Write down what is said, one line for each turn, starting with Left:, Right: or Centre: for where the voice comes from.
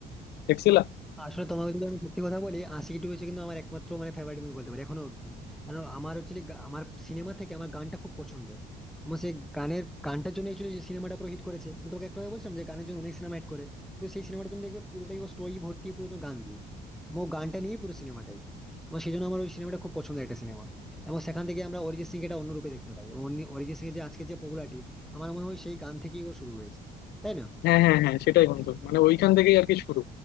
Left: দেখছিলা
Centre: আসলে তোমাকে যদি আমি সত্যি কথা বলি আশিকি টু হচ্ছে কিন্তু আমার একমাত্র মানে ফেভারিট মুভি বলতে পারি এখনো অব্দি কারণ আমার অ্যাকচুয়ালি আমার সিনেমা থেকে আমার গানটা খুব পছন্দের এবং সেই গানের গানটার জন্য অ্যাকচুয়ালি যে সিনেমাটা পুরো হিট করেছে আমি তোমাকে একটু আগে বলছিলাম যে গানের জন্য অনেক সিনেমা হিট করে কিন্তু সেই সিনেমাটা তুমি দেখবে পুরোটাই ও স্টোরি ভর্তি পুরো তো গান দিয়ে এবং ও গানটা নিয়ে পুরো সিনেমাটাই এবং সেই জন্য আমার ওই সিনেমাটা খুব পছন্দের একটা সিনেমা এবং সেখান থেকে আমরা অরিজিৎ সিং এটা অন্য রূপে দেখতে পাই এবং অরিজিৎ সিং এর যে আজকে যে পপুলারিটি আমার মনে হয় সেই গান থেকেই ওর শুরু হয়েছে তাই না
Left: হ্যাঁ হ্যাঁ হ্যাঁ সেটাই বন্ধু মানে ওইখান থেকেই আর কি শুরু